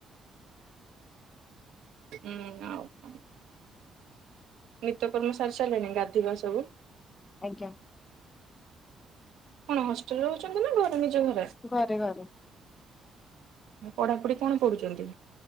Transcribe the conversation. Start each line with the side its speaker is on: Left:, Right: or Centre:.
Right: ହୁଁ ଆଉ କଣ ନିତ୍ୟକର୍ମ ସାରି ସାରିଲାଣି ଗାଧୋଇବା ସବୁ।
Left: ଆଜ୍ଞା।
Right: କଣ ହଷ୍ଟେଲରେ ରହୁଛନ୍ତି ନା ଘରେ ନିଜ ଘ
Left: ଘରେ ଘରେ।
Right: ପଢ଼ାପଢ଼ି କଣ ପଢ଼ୁଛନ୍ତି?